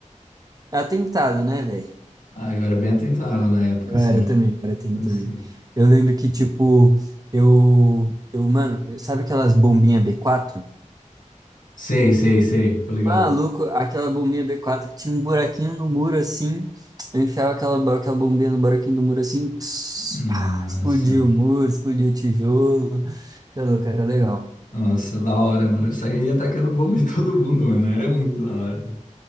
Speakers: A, on the right; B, on the left.
A: atentada, né, velho?
B: Ah, eu era bem atentado na época,
A: Eu
B: sim.
A: era também, eu era tem
B: Assim.
A: também. Eu lembro que, tipo, eu, eu, mano, sabe aquelas bombinhas B4?
B: Sei, sei, sei, tô ligado.
A: Maluco, aquela bombinha B4 tinha um buraquinho no muro assim. Eu enfiava aquela, bo- aquela bombinha no buraquinho do muro assim, tss,
B: Nossa,
A: pá, explodiu o muro, explodiu o tijolo. Tá louco, era legal.
B: nossa, da hora, mano. Eu saía atacando bomba em todo mundo, mano. Era muito da hora.